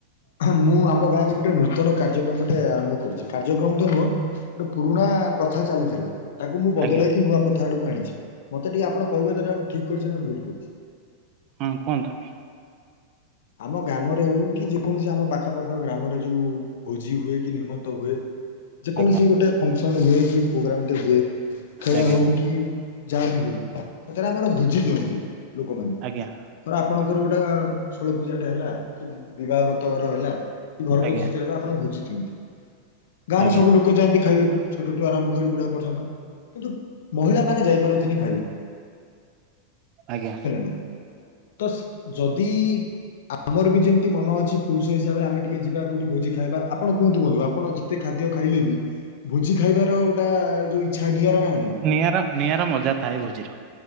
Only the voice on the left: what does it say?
ହଁ ମୁଁ ଆମ ଗାଁରେ ଗୋଟେ ନୂତନ କାର୍ଯ୍ୟକ୍ରମଟେ ଆରମ୍ଭ କରୁଚି କାର୍ଯ୍ୟକ୍ରମ ତ ନୁହଁ ଗୋଟେ ପୁରୁଣା ପ୍ରଥା ଚାଲିଥିଲା। ତାକୁ ମୁଁ ବଦଳେଇକି
ନୂଆ ପ୍ରଥା ଆଡ଼କୁ ଆଣିଛି ମତେ ଟିକେ ଆପଣ କହିଵେ ଯେ ଏଟା ମୁଁ ଠିକ୍ କରିଚି ନା ଭୁଲ କରିଚି।
ଆମ ଗ୍ରାମରେ ହୋଉ କି ଯେକୌଣସି ଆମ ପାଖପାଖ ଗ୍ରାମରେ ଯୋଉ ଭୋଜି ହୁଏ କି ନିମନ୍ତ ହୁଏ ଯେକୌଣସି
ଗୋଟେ ଫଙ୍କସନ ହୁଏ କି ପ୍ରୋଗ୍ରାମ ଟେ ହୁଏ ଖେଳ
ହଉ କି ଯାହା ବିି ହୋଉ କଥାଟା ଆମର ବୁଝି ଦିଅନ୍ତି ଲୋକମାନେ।
ଧର ଆପଣଙ୍କର ଗୋଟେ <unintelligible> ପୂଜାଟା ହେଲା କି ବିବାହ ବ୍ରତ ଘର ହେଲା କି ଘର
ପ୍ରଚିଷ୍ଟା ହେଲା ଆପଣ ଭୋଜି ଦିଅନ୍ତି। ଗାଁରେ
ସବୁ ଲୋକ ଯାଆନ୍ତି ଖାଇବାକୁ ଛୋଟଠୁ ଆରମ୍ଭ କରି ବୁଢା ପର୍ଯ୍ୟନ୍ତ। କିନ୍ତୁ ମହିଳା ମାନେ ଯାଇପାରନ୍ତିନି ଖାଇଵା ବାକୁ।
ନା ତ ଯଦି ଆମର ବି ଯେମିତି ମନ ଅଛି ପୁରୁଷ ହିସାବରେ ଆମେ ଟିକେ ଯିବା କୋଉଠି ଭୋଜି ଖାଇବା ଆପଣ କୁହନ୍ତୁ ବନ୍ଧୁ ଆପଣ ଯି ଯେତେ ଖାଦ୍ୟ ଖାଇଲେ ବି ଭୋଜି ଖାଇବାର ଗୋଟା ଯୋଉ ଇଚ୍ଛା ନିଆରା। ନାହିଁ